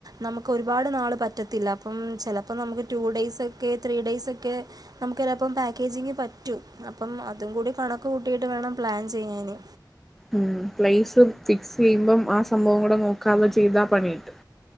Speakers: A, on the right; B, in the centre.
A: നമുക്ക് ഒരുപാട് നാൾ പറ്റത്തില്ല മ്മ്ചിലപ്പോം നമുക്ക് ടു ഡെയയ്സ ഒക്കെ ത്രീ ഡെയയ്സ ഒക്കെ നമുക്ക് ചിലപ്പം പാക്കേജിങ്ങ് പറ്റും അപ്പം അതും കൂടി കണക്ക് കൂട്ടിട്ട് വേണം പ്ലാൻ ചെയ്യാന്
B: ഉം പ്ലേസ് ഫിക്സ് ചെയ്യുമ്പം ആ സംഭവം കൂടെ നോക്കാതെ ചെയ്താ പണി കിട്ടും